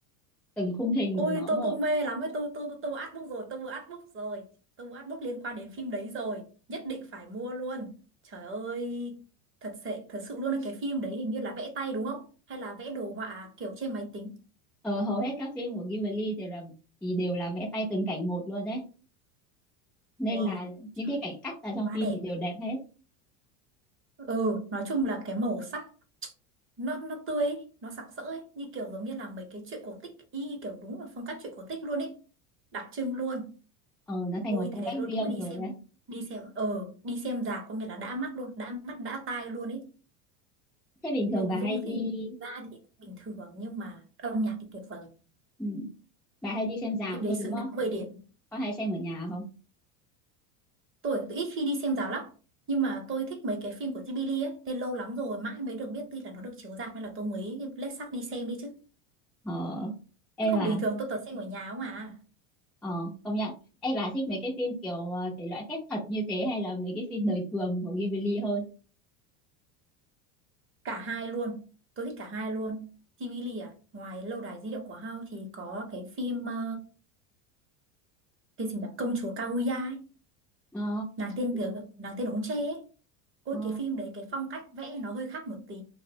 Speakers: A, in the centre; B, on the right (about 30°).
A: từng khung hình
B: ôi
A: của nó
B: tôi
A: một
B: cũng mê lắm ấy tôi tôi tôi mua artbook rồi tôi mua artbook rồi tôi mua artbook liên quan đến phim đấy rồi nhất định phải mua luôn trời ơi thật sự thật sự luôn ấy, cái phim đấy hình như là vẽ tay đúng không hay là vẽ đồ họa kiểu trên máy tính
A: ờ, hầu hết các phim của Ghibli thì là thì đều là vẽ tay từng cảnh một luôn đấy nên
B: wow
A: là
B: trời
A: những cái cảnh cắt ra trong
B: quá
A: phim
B: đẹp
A: thì đều đẹp hết
B: ừ nói chung là cái màu sắc nó nó tươi ấy, nó sặc sỡ ấy, như kiểu giống như là mấy cái truyện cổ tích y như kiểu đúng là phong cách truyện cổ tích luôn ấy đặc trưng luôn
A: ờ, nó thành
B: ôi
A: một phong
B: thế
A: cách
B: luôn
A: riêng
B: đúng là đi
A: rồi
B: xem
A: ấy
B: đi xem ờ đi xem rạp có nghĩa là đã mắt luôn đã mắt đã tai luôn ấy
A: thế bình
B: nội
A: thường bà
B: dung
A: hay
B: Ừ. thì
A: đi
B: Ừ. ra thì cũng bình thường nhưng mà âm nhạc thì tuyệt vời
A: ừ, bà hay đi xem rạp
B: phim đấy
A: thôi
B: xứng
A: đúng không
B: Ừ. đáng mười điểm
A: có hay xem ở nhà không
B: tôi tôi ít khi đi xem rạp lắm nhưng mà tôi thích mấy cái phim của Ghibli ấy tên lâu lắm rồi mãi mới được biết tuy là nó được chiếu rạp nên là tôi mới lết xác đi xem đi chứ
A: ờ em
B: chứ không
A: à
B: bình thường tôi toàn xem ở nhà không à
A: ờ công nhận em bà thích mấy cái phim kiểu ờ, thể loại phép thuật như thế hay là mấy cái phim đời thường của Ghibli hơn
B: cả hai luôn tôi thích cả hai luôn TV à ngoài lâu đài di động của Hao thì có cái phim ờ, cái gì nhỉ công chúa Kaguya ấy
A: ờ
B: nàng tên việc nàng tên ống tre ấy. ôi
A: ờ
B: cái phim đấy cái phong cách vẽ nó hơi khác một tí